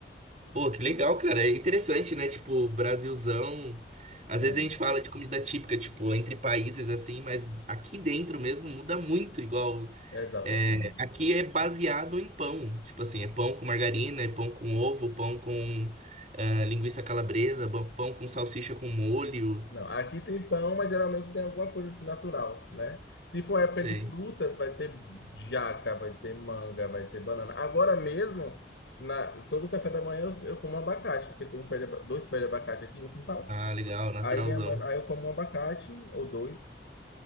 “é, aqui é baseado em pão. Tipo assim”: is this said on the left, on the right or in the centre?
Right